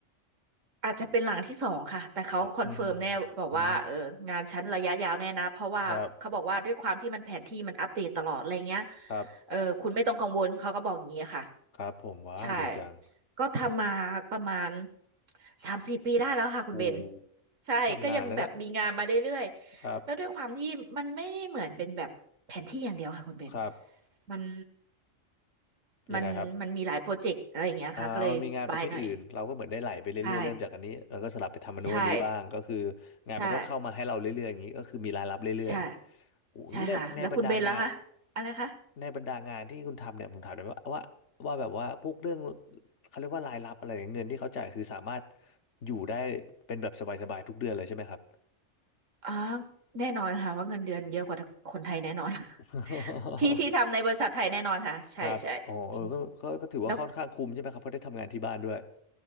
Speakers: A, on the right; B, on the left.
A: อาจจะเป็นหลังที่สองค่ะแต่เขาคอนเฟิร์มแน่บอกว่าเอองานชั้นระยะยาวแน่นะเพราะว่าเขาบอกว่าด้วยความที่มันแผนที่มันอัปเดตตลอดอะไรเงี้ย
B: อืมอืมครับครับ
A: เออคุณไม่ต้องกังวลเขาก็บอกอย่างนี้ค่ะ
B: ครับผมว้าวดีจัง
A: ใช่ก็ทำมาประมาณสามสี่ปีได้แล้วค่ะคุณเบน
B: โอ้
A: ใช่ก็ยังแบบมีงานมาเรื่อยๆแล้วด้วยความที่มันไม่ได้เหมือนเป็นแบบแผนที่อย่างเดียวค่ะคุณเบน
B: ทำนานนะเนี่ยครับครับ
A: มัน
B: ยังไงครับ
A: มันมันมีหลายโปรเจกต์อะไรอย่างเงี้ยค่ะก็เลยสบายหน่อย
B: อ่ามันมีงานประเภทอื่นเราก็เหมือนได้ไหลไปเรื่อยๆเริ่มจากอันนี้แล้วก็สลับไปทำอันนู้นอันนี้บ้างก็คือ
A: ใช่ใช่
B: งานมันก็เข้ามาให้เราเรื่อยๆอย่างนี้ก็คือมีรายรับเรื่อยๆโอ้ยนี่ในในบรรดางาน
A: ใช่ใช่ ใช่ค่ะ แล้วคุณเบนแล้วคะอะไรคะ
B: ในบรรดางานที่คุณทำเนี่ยผมถามหน่อยว่าว่าว่าแบบว่าพวกเรื่องเขาเรียกว่ารายรับอะไรเนี่ยเงินที่เขาจ่ายคือสามารถอยู่ได้เป็นแบบสบายๆทุกเดือนเลยใช่ไหมครับ
A: อ๋อแน่นอนค่ะว่าเงินเดือนเยอะกว่าคนไทยแน่นอน
B: <laughs>
A: <laughs> ที่ที่ทำในบริษัทไทยแน่นอนค่ะใช่ใช่อืม
B: ครับอ๋อเออก็ก็ก็ถือว่าค่อนข้างคุ้มใช่ไหมครับเพราะได้ทำงานที่บ้านด้วย
A: แล้ว